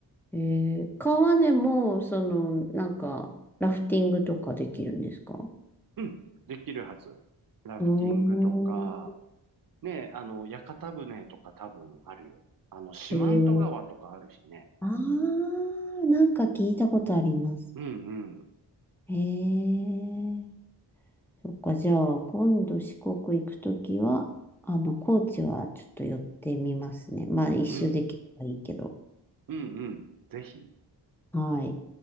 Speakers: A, in the centre; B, on the right.
A: へー。川でも、その、なんか、ラフティングとかできるんですか
B: うん、できるはず。ラフティングとか、
A: おー、
B: ね、あの、屋形船とか多分あるよ。あの、四万十川とかあるしね。
A: へー。あー、なんか聞いたことあります。
B: うん、うん、
A: へえ。そっか、じゃあ、今度四国行くときは、あの、高知はちょっと寄ってみますね。まあ、一周できればいいけど。
B: うん、うん、うん。ぜひ。
A: はい。